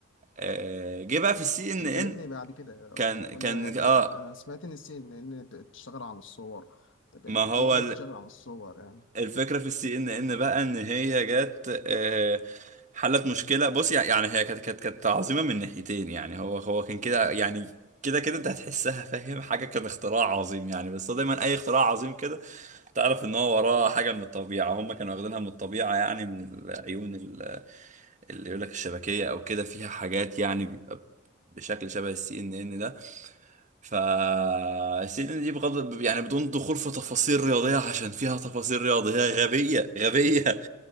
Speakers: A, on the right; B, on the left.
A: آه، جه بقى في السي ان
B: طب
A: ان
B: كلمني بعد كده
A: كان كان
B: ولا يعني تبقى
A: اه
B: انا سمعت ان السي ان ان بتشتغل عن الصور طب يعني
A: ما
B: يعني
A: هو
B: ايه بس تشتغل عن الصور يعني
A: الفكرة في السي ان ان بقى ان هي جت آه، حلت مشكلة بص يع- يعني هي كانت كانت كانت عظيمة من ناحيتين يعني هو هو كان كده يعني كده كده انت هتحسها فاهم حاجة كان اختراع عظيم يعني بس هو دايما اي اختراع عظيم كده تعرف ان هو وراه حاجة من الطبيعة هم كانوا واخدينها من الطبيعة يعني من العيون ال- اللي يقول لك الشبكية او كده فيها حاجات يعني بيبقى بشكل شبه السي ان ان ده فالسيدنا دي بغض يعني بدون دخول في تفاصيل رياضية عشان فيها تفاصيل رياضية غبية غبية <laughs>